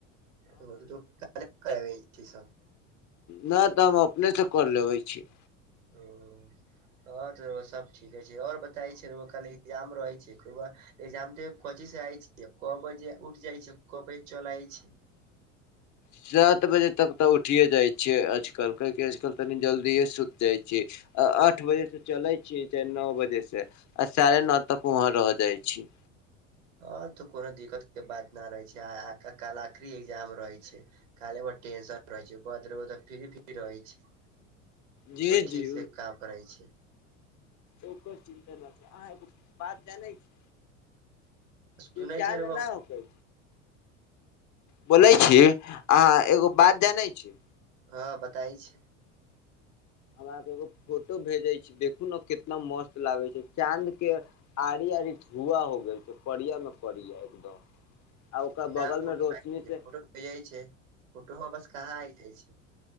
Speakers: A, on the right (about 85°); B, on the left (about 45°).
A: ओ <unintelligible> कहै छैय सब
B: नहि तऽ हम अपने से क लेबै छी।
A: ओ। हँ तो सब ठीके छैय और बताय छैय खाली इगजाम रहे छैय खुबा। एकजाम देब कची से आय छियै, क बजे उठ जाइ छी, क बजे चल आइ छी।
B: सात बजे तक तऽ उठि जाइ छियै आजकल काहि की आजकल तनि जल्दि सुति जाइ छिय। आठ बजे से चले छीये चाहे न बजे से आ साढ़े नौ तक वहाँ रह जाइ छी।
A: ह तऽ कोनो दिक्कत के बात न रहे छैय आ काल आखरी एग्जाम रहै छैय। काल हमर टेंसन ठीक रहे छैय बंद रहे छैय फिरी फिरी रहे छि
B: जी
A: ठीक
B: जी
A: से काम करै छैय।
B: ओकर चिन्ता नहि छैयअहाँ एगो बात जानै छी।
A: सुनै
B: जे चाह
A: छै रउआ
B: ने न होकै। बोलै छी अहाँ एगो बात जानै छी।
A: हँ बताइ छैय।
B: हम अहाँ के एगो फोटो भेजे छी देखू ने कितना मस्त लागे छैय चाँद के आड़ आड़ी धुआ हो गेल छैय पड़ियामे पड़िया एकदम आ ओकरा
A: न
B: बगल
A: फोटो
B: मे रोशनी
A: छैय,
B: से
A: फोटो भेज छैय, फोटो बस कहाँ आ जाइ छैय।